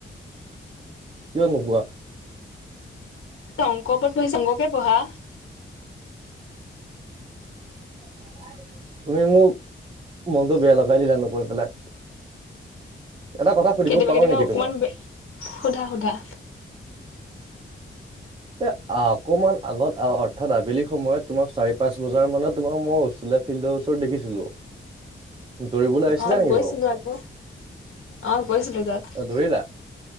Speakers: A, on the right (about 25°); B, on the left (about 70°).
A: কিয় নোকোৱা?
B: অংক ওপৰত পঢ়ি শংককে পঢ়া
A: <unintelligible> তুমি মোক মনটো বেয়া লগাই দিলা নকৈ পেলাই এটা কথা সুধিব
B: কেতিয়াবা
A: পাৰো
B: কেতিয়াবা
A: নেকি
B: অকমান
A: তোমাক?
B: সোধা সোধা
A: এ অকমান আগত অৰ্থাৎ আবেলি সময়ত তোমাক চাৰি পাঁচ বজাৰ মানত তোমাৰ মই ছিলো ফিল্ডৰ ওচৰত দেখিছিলো। দৌৰিবলৈ আহিছিলা
B: অহ,
A: নেকি
B: গৈছিলো
A: বাৰু?
B: আকৌ, অহ গৈছিলো তাত।
A: অ' দৌৰিলা?